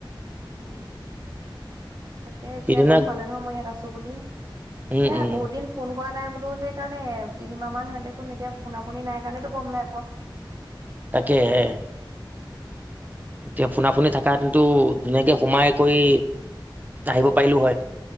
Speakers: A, on the right; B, on the right.
A: উম, তাকে এতিয়া
B: সিদিনা
A: গম পালে নহয় মই ইয়াত আছোঁ‌ বুলি?
B: উম
A: সেয়া
B: উম
A: বহুত দিন ফোন কৰা নাই বোলো, সেইকাৰণে তিনিমাহ মান সিহঁত দেখোন এতিয়া ফোনা-ফোনি নাই কাৰণেতো গম নাই পোৱা।
B: তাকে হে। এতিয়া ফোনা-ফোনি থাকা হেতেনটো ধুনীয়াকে সোমাই কৰি আহিব পাৰিলোঁ‌ হয়,